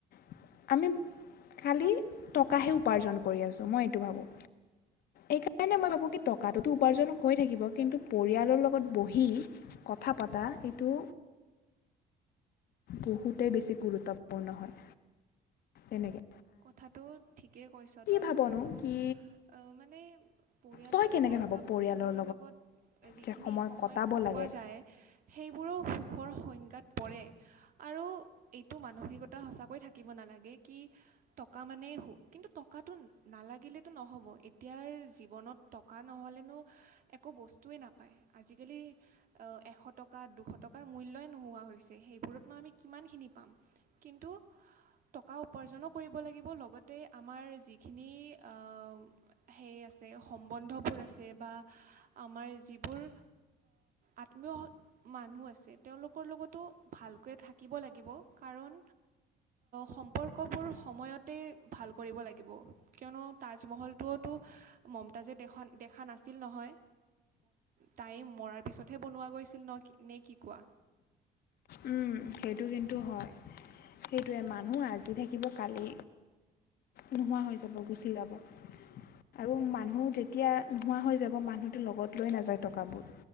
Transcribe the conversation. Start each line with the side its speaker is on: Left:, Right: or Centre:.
Left: <unintelligible> আমি খালি টকাহে উপাৰ্জন কৰি আছো মই এইটো ভাবোঁ। এই কাৰণে মই ভাবো কি টকাটোতো উপাৰ্জনক হৈ থাকিব কিন্তু পৰিয়ালৰ লগত বহি কথা পতা এইটো বহুতে বেছি গুৰুত্বপূৰ্ণ হয় তেনেকে।
Right: কথাটো ঠিকেই কৈছ তই
Left: ভাবনো
Right: আৰু
Left: কি
Right: মানে পৰিয়ালৰ
Left: তই কেনেকৈ
Right: লগত
Left: ভাব
Right: বা
Left: পৰিয়ালৰ
Right: বন্ধুৰ লগত যিখিনি
Left: যে
Right: সময়
Left: কটাব
Right: কটোৱা
Left: লাগে
Right: যায় সেইবোৰো সুখৰ সংজ্ঞাত পৰে, আৰু এইটো মানসিকতা সঁচাকৈ থাকিব নালাগে কি টকা মানেই সুখ, কিন্তু টকাটো নালাগিলেটো নহ'ব এতিয়াৰ জীৱনত টকা নহ ন'হলেনো একো বস্তুৱেই নাপায়, আজিকালি অ' এশ টকা, দুশ টকাৰ একো মূল্যই নোহোৱা হৈছে, সেইবোৰত নো আমি কিমানখিনি পাম, কিন্তু টকা উপাৰ্জনৰ কৰিব লাগিব, লগতে আমাৰ যিখিনি অ' সেই আছে, সম্বন্ধ আছে বা আমাৰ যিবোৰ আত্মীয় মানুহ আছে তেওঁ তেওঁলোকৰ লগতো ভালকৈ থাকিব লাগিব কাৰণ সম্পৰ্কবোৰ সময়তেই ভাল কৰিব লাগিব, কিয়নো তাজমহলটোতো মমতাজে দ দেখা নাছিল নহয়। তাই মৰাৰ পিছতহে বনোৱা গৈছিল, ন, নে কি কোৱা?
Left: উম, সেইটো কিন্তু হয়। সেইটোৱে মানুহ আজি থাকিব কালি নোহোৱা হৈ যাব, গুচি যাব। আৰু মানুহ যেতিয়া নোহোৱা হৈ যাব মানুহটো লগত লৈ নাযায় টকাবোৰ।